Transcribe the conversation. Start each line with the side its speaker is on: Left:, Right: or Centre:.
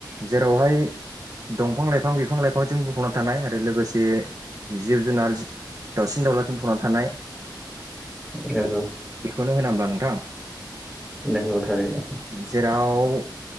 Right: जेरावहाय दंफां लाइफां बिफां लाइफांजों बुंफबना थानाय आरो लोगोसे जिब जुनार जि दावसिन दाउलाजों बुंफबना थानाय
Centre: नंगौ
Right: बेखौनो होना ओमबा नोंथां
Centre: नंगौ थारैनो
Right: जेराव